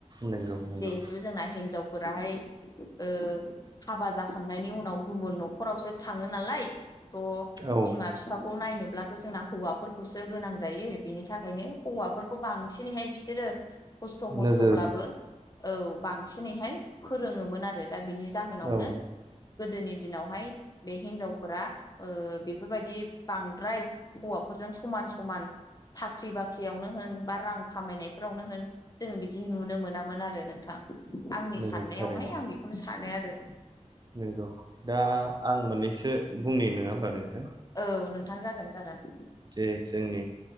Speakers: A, on the right (about 35°); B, on the left (about 30°).
A: नंगौ नंगौ
B: जिहेथु जोंना हिनजाव फोराहाय ओ हाबा जाखांनायनि उनाव गुबुन न'खरावसो था ङो नालाय थ'
A: औ
B: बिमा बिफाखौ नायनोब्ला जोंना हौवाफोरखौसो गोनां जायो बिनि थाखायनो हौवाफोरखौ बांसिनैहाय बिसोरो खस्थ' मस्थ'ब्लाबो
A: नोजोर
B: औ बांसिनैहाय फोरोङोमोन आरो। दा बिनि जाहोनावनो
A: औ
B: गोदोनि दिनावहाय बे हिनजावफोरा बेफोरबायदि बांद्राय हौवाफोरजों समान-समान साख्रि बाख्रियावनो होन बा रां खामायनायफोरावनो होन जोङो बिदि नुनो मोनामोन आरो नोंथां। आंनि
A: नंगौ
B: साननायावहाय
A: थारैनो
B: आं बेखौनो सानो आरो।
A: नंगौ दा आं मोननैसो बुंनाय नङा होमबा नों।
B: औ नोंथां जागोन-जागोन।
A: जे जोंनि